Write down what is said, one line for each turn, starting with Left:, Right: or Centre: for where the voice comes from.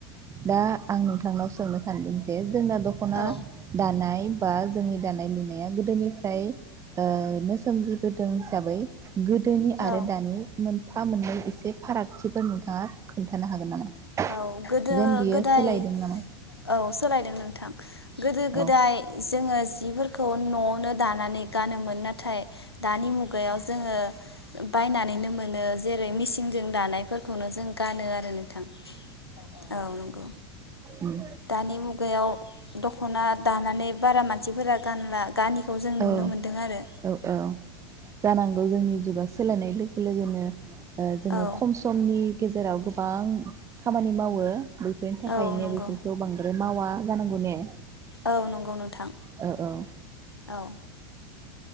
Right: दा आं नोंथांनाव सोंनो जे जोंना दख'ना
Left: औ
Right: दानाय बा जोंनि दानाय लुनाया गोदोनि फ्राय ओ सोमजिबोदों हिसाबै गोदोनि
Left: औ
Right: आरो दानि मोनफा मोननै इ से फारागथिफोर नोंथाङा खोन्थानो हागोन नामा?
Left: औ गोदो
Right: जेन बियो
Left: गोदाय
Right: सोलायदों नामा?
Left: औ सोलायदों नोंथां गोदो गोदाय
Right: औ
Left: जोङो जिफोरखौ न'आवनो दानानै गानोमोन नाथाय दानि मुगायाव जोङो बायनानैनो मोनो जेरै मेसिनजों दानायफोरखौनो जों गानो आरो नोंथाङा औ नंगौ
Right: उम
Left: दानि मुगायाव दख'ना दानानै बारा मानसिफोरा गानला गानिखौ जों नुनो
Right: औ
Left: मोनदों आरो
Right: औ औ जानांगौ जोंनि जुगा सोलायनाय लो लोगोनो ओ जोङो
Left: औ
Right: खम समनि गेजेराव गो बां खामानि मावो। बेफोरनि थाखायनो
Left: औ नंगौ
Right: बेफोरखौ बांद्राय मावा जानांगौ ने
Left: औ नंगौ नोंथां
Right: औ औ
Left: औ